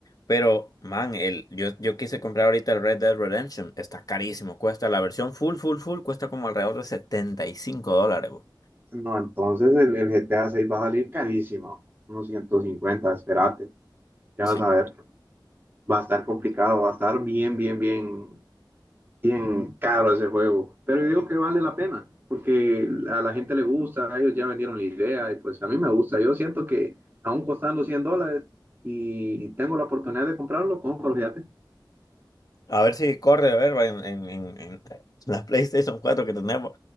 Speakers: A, on the left (about 50°); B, on the right (about 25°).
A: Pero, man, el, yo, yo quise comprar ahorita el Red Dead Redemption, está carísimo, cuesta la versión full, full, full, cuesta como alrededor de 75 dólares, bo.
B: No, entonces el, el GTA 6 va a salir carísimo, unos 150, espérate, ya
A: Sí.
B: vas a ver, va a estar complicado, va a estar bien, bien, bien, bien caro ese juego, pero yo digo que vale la pena, porque a la gente le gusta, a ellos ya vendieron la idea y pues a mí me gusta, yo siento que aún costando 100 dólares y tengo la oportunidad de comprarlo, compro, fíjate.
A: A ver si corre, a ver, en, en, en, en la PlayStation 4 que tenemos.